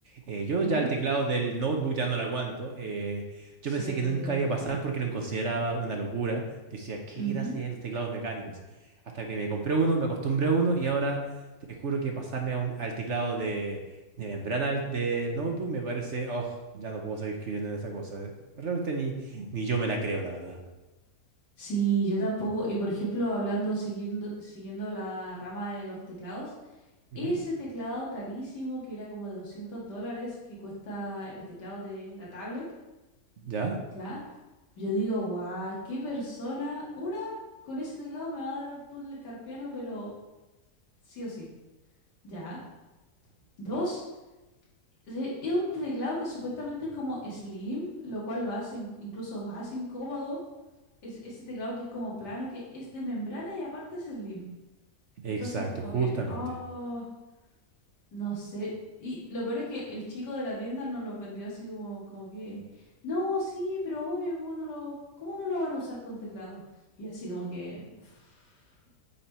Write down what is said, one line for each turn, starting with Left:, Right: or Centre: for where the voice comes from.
Right: Eh, yo
Left: Ujú.
Right: ya el teclado del notebook ya no lo aguanto. eh,
Left: Sí,
Right: yo pensé que nunca
Left: es verdad.
Right: iba a pasar porque lo consideraba una locura. Decía, ¿qué
Left: Ujú.
Right: gracia tienen los teclados mecánicos? Hasta que me compré uno, me acostumbré a uno y ahora te juro que pasarme a un- al teclado de, de membrana del del notebook me parece, oh, ya no puedo seguir escribiendo en esa cosa. Realmente ni, ni yo me la creo, la verdad.
Left: Sí, yo tampoco. Y por ejemplo, hablando, siguiendo, siguiendo la rama de los teclados,
Right: Ujú.
Left: ese teclado carísimo que era como de 200 dólares que cuesta el teclado de la tablet,
Right: ¿Ya?
Left: ¿ya? Yo digo, guau, qué persona. Una, con ese teclado me va a dar al túnel carpiano, pero sí o sí. Ya. Dos, se- es un teclado que supuestamente es como slim, lo cual lo hace in- incluso más incómodo. Es ese teclado que es como plano, que es de membrana y aparte es slim.
Right: Exacto,
Left: Entonces, como
Right: justamente.
Left: que, oh. No sé. Y lo peor es que el chico de la tienda nos los vendió así como, como que, no, sí, pero obvio, ¿cómo no lo, cómo no lo van a usar con teclado? Y así como que, "Pff,